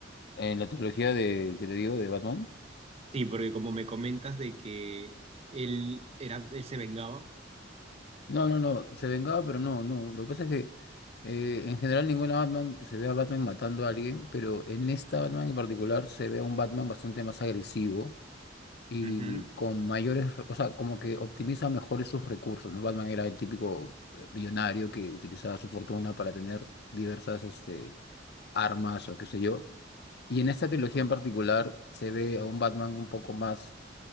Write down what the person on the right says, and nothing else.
Sí, porque como me comentas de que él, era, él se vengaba.
Ujú.